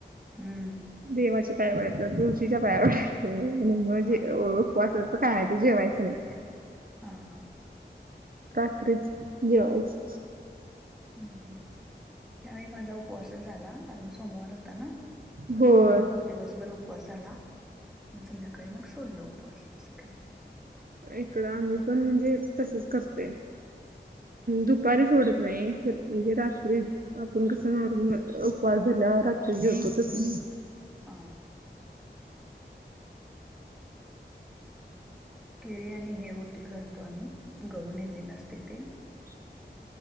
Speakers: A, in the centre; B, on the right (about 50°).
A: हम्म.
B: देवाच्या पायापडायच तुळशीच्या पाया पडायचं.
A: हा
B: उपवासाचं खायचं जेवायचं नाही.
A: हां.
B: रात्रीच जेवायच.
A: हम् त्यावेळी माझा उपवासच झाला कारण सोमवारच हो ना
B: होय.
A: त्यामु दिवसभर उपवास झाला. संध्याकाळी मग सोडलं उपवास अस केला.
B: इकडं आम्ही पण म्हणजे तसच करते. दुपारी सोडत नाही म्हणजे रात्री आपण कसं म उपवास झाल्या रात्री जेवतो तस.
A: ह. केळी आणि हे ओटीत घालतो आम्ही गहून नेलेला असते ते
B: <unintelligible>